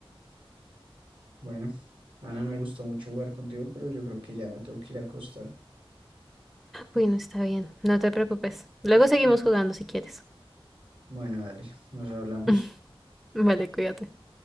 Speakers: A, on the right; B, in the centre.
A: Bueno, Ana, me gustó mucho jugar contigo, pero yo creo que ya me tengo que ir a acostar.
B: Bueno, está bien. No te preocupes. Luego seguimos jugando si quieres.
A: Bueno, dale, nos hablamos.
B: <laughs> Vale, cuídate.